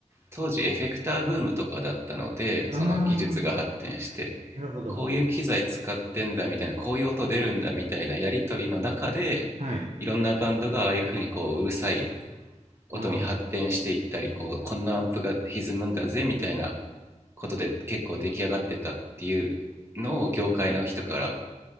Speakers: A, on the right; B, on the right.
A: 当時エフェクターブームとかだったのでその技術が発展して
B: ああ、なるほど。
A: こういう機材使ってんだみたいなこういう音出るんだみたいなやり取りの中で
B: はい。
A: いろんなバンドがああいうふうにこううるさい音に発展していったりこうこんなアンプが歪むんだぜみたいな
B: あ
A: ことで結構出来上がってたっていうのを業界の人から